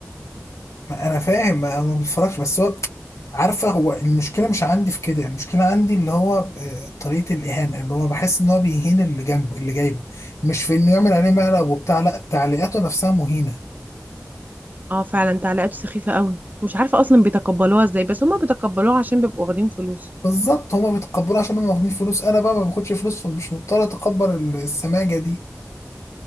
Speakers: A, on the left; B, on the right.
A: ما انا فاهم ما انا ما بتفرجش بس هو عارفه هو المشكله مش عندي في كده المشكله عندي اللي هو آه، طريقه الاهانه اللي هو بحس ان هو بيهين اللي جنبه اللي جايبه مش في انه يعمل عليه مقلب وبتاع لا تعليقاته نفسها مهينه
B: اه فعلا تعليقاته سخيفة قوي مش عارفة اصلا بيتقبلوها ازاي بس هما بيتقبلوها عشان بيبقوا واخدين فلوس
A: بالظبط هما بيتقبلوها عشان هما واخدين فلوس انا بقى ما باخدش فلوس فمش مضطر اتقبل ال- السماجه دي